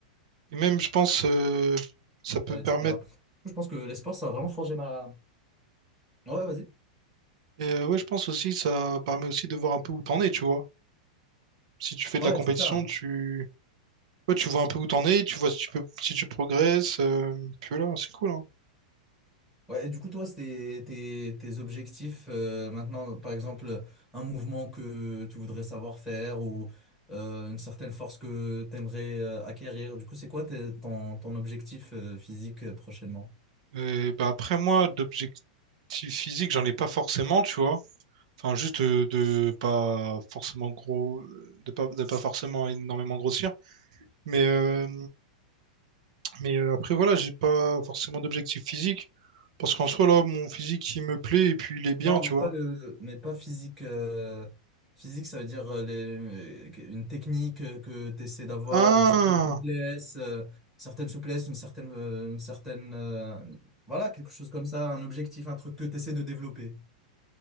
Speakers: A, on the right; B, in the centre.
A: Et même, je pense, euh, ça peut
B: etc.
A: permettre.
B: Je pense que les sports, ça a vraiment forgé ma... Ouais, vas-y.
A: Et euh, ouais, je pense aussi, ça permet aussi de voir un peu où t'en es, tu vois. Si tu fais de
B: Ouais,
A: la compétition,
B: c'est ça.
A: tu. Ouais, tu vois un peu où t'en es, tu vois si tu peux, si tu progresses, euh, puis voilà, c'est cool, hein.
B: Ouais, et du coup, toi, c'était tes, tes objectifs euh, maintenant, par exemple, un mouvement que tu voudrais savoir faire ou euh, une certaine force que tu aimerais acquérir. Du coup, c'est quoi tes- ton, ton objectif euh, physique euh, prochainement?
A: et bah après moi, d'objectifs physiques, j'en ai pas forcément, tu vois. Enfin, juste euh, de pas forcément gros, euh, de pas, de pas forcément énormément grossir. Mais, euh, mais euh, après, voilà, j'ai pas forcément d'objectifs physiques. Parce qu'en soi, là, mon physique, il me plaît et puis il est bien,
B: Non,
A: tu
B: mais
A: vois.
B: pas le, mais pas physique. euh, Physique, ça veut dire euh, les, euh, une technique euh, que tu essaies d'avoir,
A: Ah!
B: une certaine souplesse, euh, une certaine souplesse, une certaine, euh, une certaine, euh, voilà, quelque chose comme ça, un objectif, un truc que tu essaies de développer.